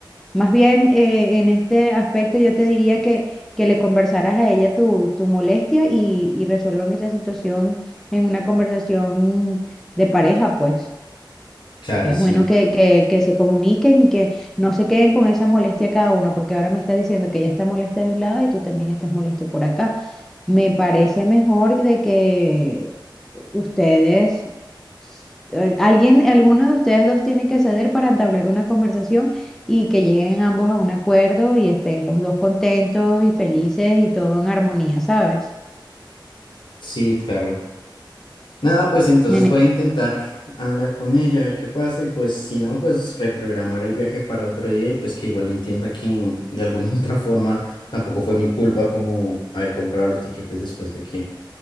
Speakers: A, in the centre; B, on the left.
A: Más bien, eh, en este aspecto yo te diría que, que le conversaras a ella tu, tu molestia y, y resuelvan esa situación en una conversación de pareja, pues.
B: claro,
A: Es
B: sí,
A: bueno que, que, que se comuniquen y que no se queden con esa molestia cada uno, porque ahora me estás diciendo que ella está molesta de un lado y tú también estás molesto por acá. Me parece mejor de que ustedes, eh, alguien, alguno de ustedes dos tiene que ceder para entablar una conversación y que lleguen ambos a un acuerdo y estén los dos contentos y felices y todo en armonía, ¿sabes?
B: sí, claro. Nada, pues entonces
A: En-
B: voy a intentar hablar con ella, a ver qué pasa, y pues si no, pues reprogramar el viaje para otro día y pues que igual entienda que de alguna <laughs> otra forma tampoco fue mi culpa como haber comprado los tiquetes después de que